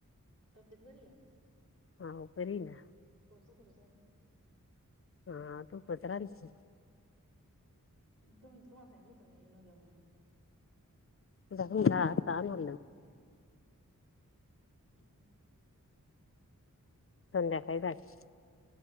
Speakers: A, on the right; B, on the left.
A: तब्येत बरी आहे का
B: हा बरी आहे ना
A: दुखव होत काही
B: हा तू पचरालस <inaudible>
A: तुम्ही तुम्हाला सांगितलं त ईनो घ्या म्हणून
B: अ तानला
A: हम्म
B: संध्याकाळ झाली